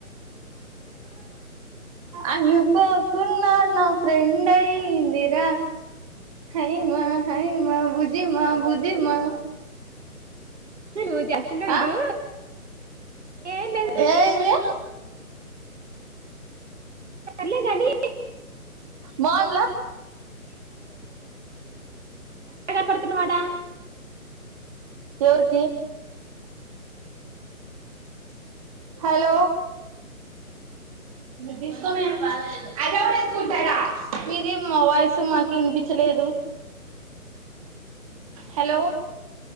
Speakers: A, on the right; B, on the right.
A: అనుకోకున్ నా నా ఫ్రెండయ్యిందిర హయ మా హయ మా బుజిమా బుజిమా
B: నువ్వు చేస్తున్నావ్ చూడు
A: ఆ
B: ఏం లేదు
A: ఏదు
B: సర్లే గాని
A: బాన్ల
B: ఎ పడుతున్నవాడా
A: ఎవరికి హలో డిస్టర్బెన్స్ మీది మా వయసు మాకు ఇనిపించలేదు హలో